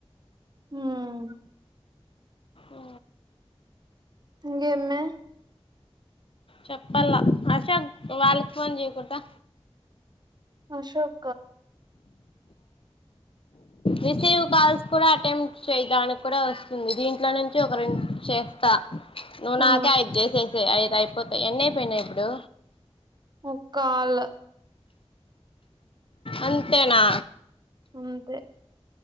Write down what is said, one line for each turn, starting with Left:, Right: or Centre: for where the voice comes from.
Right: హుమ్మ్
Left: ఓ
Right: ఇంగేమ్యా
Left: చెప్పల్లా ఆశోగ్ వాళ్లుకి, ఫోన్ చేయకుడ్దా
Right: అశోఖ
Left: రిసీవ్ కాల్స్ కూడా అటెంప్ట్ చేయడానికి కూడా వస్తుంది దీంట్లో నుంచి ఒక రెండు చేస్తా నువ్వు
Right: ఆ
Left: నాకే ఐదు చేసేసై ఐ దు అయిపోతాయి ఎన్ని అయిపోయినాయి ఇప్పుడు
Right: ఒక్కాల్
Left: అంతేనా
Right: అంతే